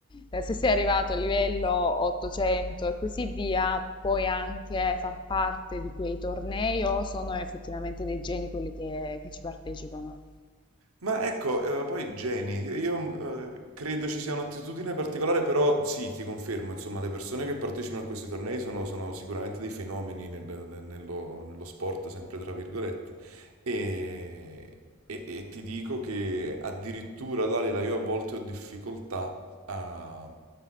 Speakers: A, on the left; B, on the right.
A: eh, se sei arrivato al livello 800 e così via, puoi anche far parte di quei tornei o sono effettivamente dei geni quelli che che ci partecipano?
B: Ma ecco, eh, poi Jenny, io eh, credo ci sia un'attitudine particolare, però sì, ti confermo, insomma, le persone che partecipano a questi tornei sono, sono sicuramente dei fenomeni nel- nel- nello, nello sport, sempre tra virgolette, e, e- e ti dico che addirittura, Dalila, io a volte ho difficoltà a,